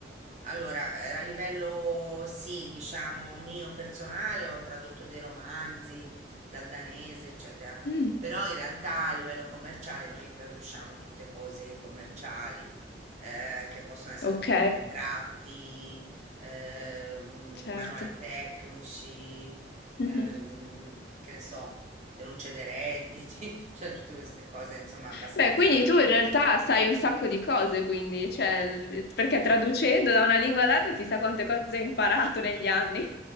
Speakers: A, on the right; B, on the left.
A: Allora, eh, a livello sì, diciamo mio personale, ho tradotto dei romanzi dal danese, eccetera,
B: Mm,
A: però in realtà a livello commerciale noi traduciamo tutte cose commerciali, eh, che possono essere
B: Ok,
A: appunto contratti, eh, mm,
B: certo.
A: manuali tecnici,
B: Mhm.
A: ehm, che ne so, denunce dei redditi, <laughs> cioè tutte queste cose, insomma, abbastanza
B: Beh, quindi tu in realtà sai un sacco di cose, quindi, cioè, l- perché traducendo da una lingua all'altra chissà quante cose hai imparato negli anni.